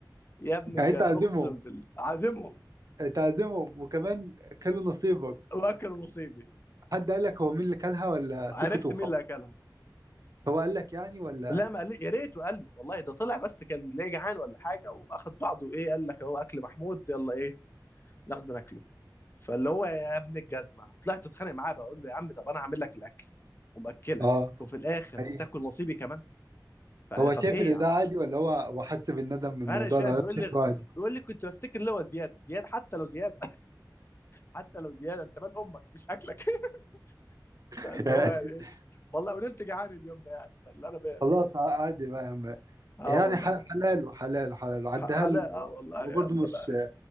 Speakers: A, on the left (about 30°); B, on the right (about 50°).
A: يا ابن الجاز
B: يعني انت عازمهم
A: اقسم بالله عازمهم
B: تعزمهم وكمان كلوا نصيبك
A: واكلوا نصيبي
B: حد قال لك هو مين اللي كلها ولا سكت
A: عرفت
B: وخلاص
A: مين اللي اكلها
B: هو قال لك يعني ولا
A: لا ما قال لي يا ريت وقال لي والله ده طلع بس كان ليه جعان ولا حاجه واخد بعضه ايه قال لك اهو اكل محمود يلا ايه ناخده ناكله فاللي هو يا ابن الجزمه وطلعت اتخانق معاه بقول له يا عم طب انا هعمل لك الاكل ومأكلك
B: اه
A: وفي الاخر
B: ايوه
A: تاكل نصيبي كمان فطب
B: هو شايف
A: ايه
B: ان
A: يا عم
B: ده عادي ولا هو هو حس بالندم من الموضوع
A: انا مش فاهم
B: ده
A: بيقول
B: ولا شايفه
A: لي
B: عادي
A: بيقول لي كنت بفتكر اللي هو زياد زياد حتى لو زياد <laughs> حتى لو زياد انت مال امك مش اكلك <laughs>
B: <laughs>
A: فاللي هو يعني ايه والله ونمت جعان اليوم ده يعني فاللي انا ب...
B: خلاص عادي بقى يا عم.
A: اه
B: يعني
A: والله
B: ح- حلاله حلاله حلاله عدها
A: ح- حلاقة
B: له
A: آه والله
B: هو
A: يلا
B: برضه مش
A: بقى